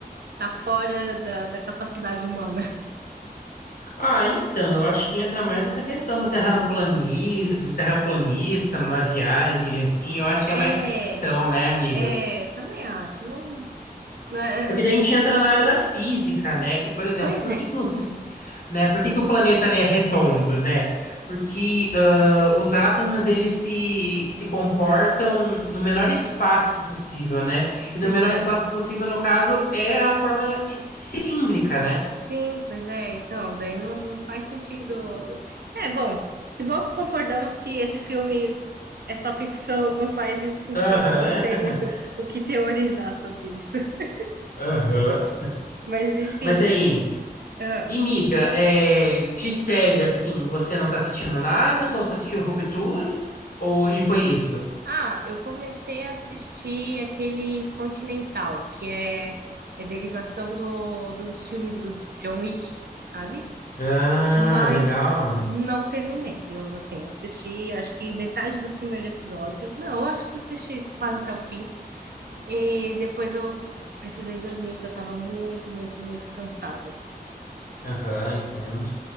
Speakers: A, on the right; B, on the left.
A: tá fora da, da capacidade humana.
B: Ah, então, eu acho que entra mais essa questão do terraplanista, dos terraplanistas, uma viagem assim, eu acho que é
A: É,
B: mais ficção, né, amiga?
A: É, também acho. Não, não, é-
B: Porque
A: é- se-
B: daí a gente entra na área da física, né? Que, por exemplo,
A: pois
B: por que
A: é,
B: que o, sis- né? Por que que o planeta ele é redondo, né? Porque ah, os átomos eles se, se comportam no menor espaço possível, né? E no
A: pois
B: menor
A: é.
B: espaço possível, no caso, é a forma i- cilíndrica, né?
A: Sim, pois é. Então, daí não, não faz sentido. É, bom, que bom que concordamos que esse filme é só ficção, não faz muito sentido,
B: Aham,
A: não tem muito o que teorizar sobre isso. <laughs>
B: <laughs> aham.
A: Mas, enfim.
B: Mas aí,
A: Ah,
B: e miga, é, de série, assim, você não tá assistindo nada? Só assistiu Ruptura? Ou, e foi isso?
A: Ah, eu comecei a assistir aquele Continental, que é, é derivação do, dos filmes do John Wick, sabe?
B: Ah,
A: mas
B: legal.
A: não terminei. Eu, assim, assisti acho que metade do primeiro episódio. Não, eu acho que eu assisti quase até o fim. E depois eu precisei dormir, que eu tava muito, muito, muito cansada.
B: Aham, entendo.